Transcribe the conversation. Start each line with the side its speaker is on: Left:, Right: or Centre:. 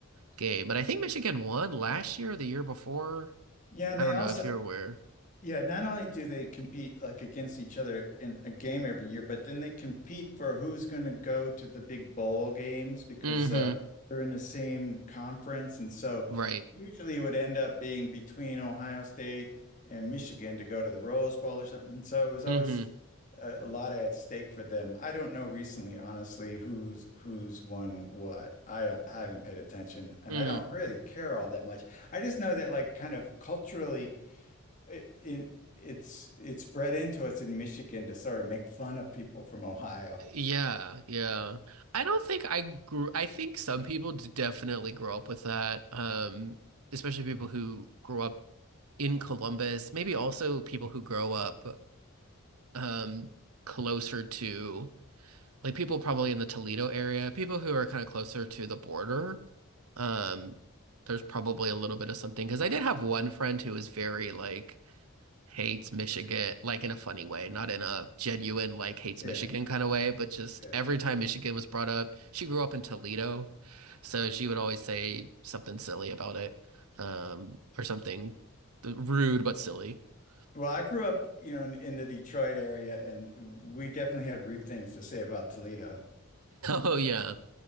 Right: game. But I think Michigan won last year or the year before.
Left: Yeah, and
Right: I
Left: they
Right: don't
Left: also
Right: know if you're aware.
Left: Yeah, not only do they compete like against each other in a game every year, but then they compete for who's going to go to the big bowl games because
Right: hmm
Left: uh, they're in the same conference. And so
Right: Right.
Left: usually it would end up being between Ohio State and Michigan to go to the Rose Bowl or something. So it was always
Right: hmm
Left: a, a lot at stake for them. I don't know recently, honestly, who's who's won what. I don't, I haven't paid attention and
Right: Mm.
Left: I don't really care all that much. I just know that like kind of culturally it, it it's it's bred into us in Michigan to sort of make fun of people from Ohio.
Right: Yeah, yeah. I don't think I grew I think some people d- definitely grow up with that. Um, especially people who grow up in Columbus, maybe also people who grow up um closer to like people probably in the Toledo area, people who are kind of closer to the border. Um, there's probably a little bit of something because I did have one friend who was very like hates Michigan, like in a funny way, not in a genuine like hates
Left: Yeah,
Right: Michigan kind of way, but just
Left: yeah.
Right: every time Michigan was brought up, she grew up in Toledo, so she would always say something silly about it, um, or something rude but silly. <laughs>
Left: Well, I grew up, you know, in, in the Detroit area, and we definitely had rude things to say about Toledo.
Right: Oh yeah,